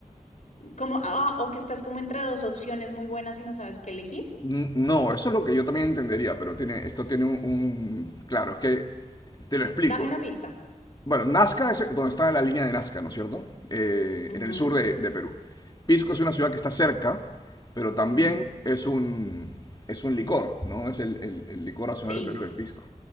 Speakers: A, on the left; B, on the left.
A: como, ah, o que estás como entre dos opciones muy buenas y no sabes qué elegir.
B: N- No, eso es lo que yo también entendería, pero tiene, esto tiene un, un- Claro, es que te lo explico.
A: Dame una pista.
B: Bueno, Nazca es donde está la línea de Nazca, ¿no es cierto? Eh,
A: Ujú,
B: en el sur de, de Perú. Pisco es una ciudad que está cerca, pero también
A: ujú.
B: es un, es un licor, ¿no? Es el, el- el licor nacional
A: Sí.
B: del Perú, el pisco.